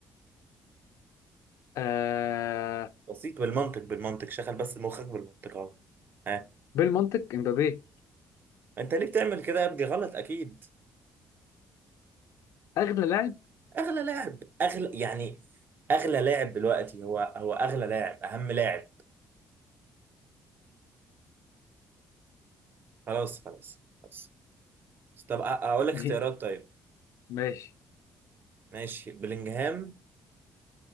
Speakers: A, on the left (about 80°); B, on the right (about 40°).
A: آه
B: بسيط بالمنطق بالمنطق شغل بس مخك بالمنطق اهو ها
A: بالمنطق امبابي
B: انت ليه بتعمل كده يا ابني غلط اكيد
A: اغلى لاعب <laughs>
B: اغلى لاعب اغلى يعني اغلى لاعب دلوقتي هو هو اغلى لاعب اهم لاعب خلاص خلاص خلاص طب أ- اقول لك اختيارات
A: مي-
B: طيب
A: ماشي
B: ماشي بلينجهام